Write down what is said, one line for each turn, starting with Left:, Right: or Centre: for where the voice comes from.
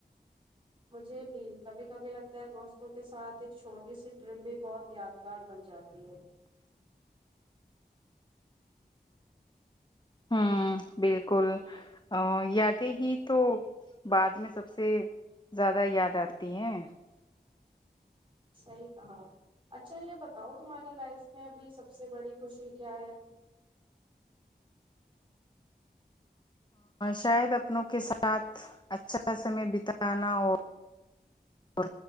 Right: مجھے <unintelligible> ب کبھی کبھی لگتا دوستوں کے ساتھ ایک چھوٹی سی ٹرپ بھی بہت یادگار بن جاتی جی
Left: ہوں بالکل ا یادیں ہی تو بعد میں سب سے زیادہ یاد آتی ہیں
Right: صحیح کہا اچھا یہ بتاؤ تمہاری لائف میں ابھی سب سے بڑی خوشی کیا ہے
Left: شاید اپنوں کے ساتھ اچھا سمے بتانا اور